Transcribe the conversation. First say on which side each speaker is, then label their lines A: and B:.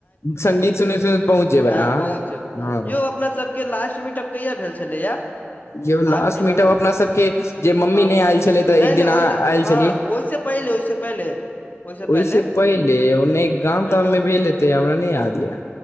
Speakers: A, on the left; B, on the left.
A: संगीत सुनैत सुनैत पहुँच जेबै
B: हँ
A: अहाँ
B: पहुँच जेबै
A: हँ
B: यौ अपना सभके लास्ट मीटप कहिया भेल छलैया
A: यौ लास्ट
B: आखिरी
A: मीटप
B: वाला
A: अपना सबके जे मम्मी
B: हँ
A: नहि आयल छलै तऽ
B: नहि
A: एक
B: नहि
A: दिन अहाँ
B: ओहिस
A: आयल
B: हँ
A: छलियै
B: ओहिसँ पहिले ओहि से पहिले ओहिसँ
A: ओहि
B: पहिले
A: से पहिले नहि गाम
B: हँ
A: ताम
B: यौ
A: मे भेल हेतै हमरा नहि याद यै